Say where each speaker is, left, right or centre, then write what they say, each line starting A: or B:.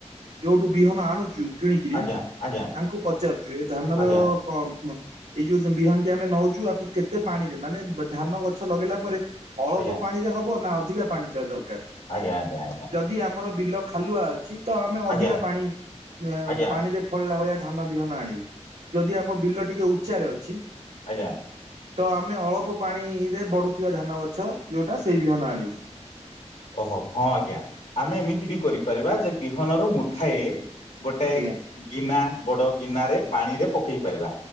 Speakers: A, on the right (about 80°); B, on the left (about 80°).
A: ଯୋଉଠୁ ବିହନ ଆଣୁଚୁ କିଣିକିରି
B: ଆଜ୍ଞା ଆଜ୍ଞା
A: ତାଙ୍କୁ ପଚାରୁଚୁ ଏଧାନର
B: ଆଜ୍ଞା
A: କ ମ୍ପ ଏଇ ଯୋଉ ବିହନଟି ଆମେ ନଉଛୁ ଆକୁ କେତେ ପାଣିରେ ମାନେ ଧାନ ଗଛ ଲଗେଇଲା ପରେ ଅଳପ
B: ଆଜ୍ଞା
A: ପାଣିରେ ହବ ନା ଅଧିକା ପାଣିଚା ଦରକାର୍?
B: ଆଜ୍ଞା ଆଜ୍ଞା ଆଜ୍ଞା।
A: ଯଦି ଆମର ବିଲ ଖାଲୁଆ ଅଛି ତଆମେ ଅଧିକା
B: ଆଜ୍ଞା ଆଜ୍ଞା
A: ପାଣି ଅଁ
B: ଆଜ୍ଞା
A: ପାଣିରେ ଫଳିଲା ଭଳିଆ ଧାନ ବିହନ ଆଣିବୁ ଯଦି ଆମ ବିଲ ଟିକେ ଉଚ୍ଚାରେ ଅଛି
B: ଆଜ୍ଞା।
A: ତ ଆମେ ଅଳ୍ପ ପାଣିରେ ବଢୁଥିବା ଧାନ ଗଛ ଯୋଉଟା ସେଇ ବିହନ ଆଣିବୁ।
B: ଓହୋ ହଁ ଆଜ୍ଞା ଆମେ ଏମିତିବି କରିପାରିବା ଯେବିହନରୁ ମୁଠାଏ ଗୋଟେ
A: ଆଜ୍ଞା
B: ଗିନା ବଡ଼ ଗିନାରେ ପାଣିରେ ପକେଇ ପାରିବା